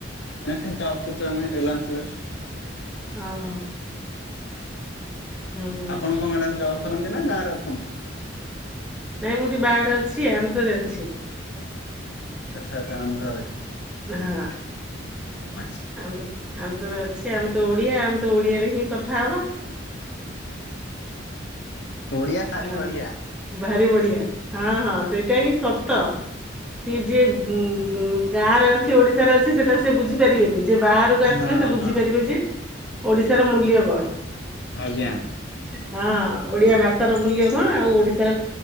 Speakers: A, on the left; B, in the centre.
A: ଏଠି ଜବ୍ କରୁଛୁ ଆମେ ରିଲାନ୍ସ ରେ।
B: ହଁ। ହୁଁ ହୁଁ।
A: ଆପଣଙ୍କ ମ୍ୟାଡାାମ ଜବ୍ କରନ୍ତି ନା ଗାଁରେ ଅଛନ୍ତି?
B: ନାଇଁ ମୁଁ ଟିକେ ବାହାରେ ଅଛି ଆନ୍ଧ୍ରରେ ଅଛି।
A: ଆଚ୍ଛା ଆଚ୍ଛା ଆନ୍ଧ୍ରାରେ।
B: ହଁ।
A: ଆଚ୍ଛା।
B: ଆନ୍ଧ୍ର ଆନ୍ଧ୍ରରେ ଅଛି ଆମେ ତ ଓଡିଆ ଆମେ ତ ଓଡିଆରେ ହିଁ କଥା ହବା।
A: ଓଡିିଆ ଭାରି
B: ହଁ।
A: ବଢିଆ।
B: ଭାରି ବଢିଆ ହଁ ହଁ ସେଇଟା ହିଁ ସତ। ସିଏ ଯିଏ ଉ ଗାଁରେ ଅଛି ଓଡିଶାରେ ଅଛି ସେଟାକୁ ସିଏ ବୁଝି ପାରିବେନି ଯେ ବାହାରେ। କୁ ଆସିଲେ
A: ନା ନା
B: ସେ ବୁଝିପାରିବେ
A: ହଁ
B: ଯେ ଓଡିଶାର ମୂଲ୍ୟ କଣ?
A: ଆଜ୍ଞା।
B: ହଁ ଓଡିଆ ଭାଷାର ମୂଲ୍ୟ କଣ? ଆଉ ଓଡିଶାର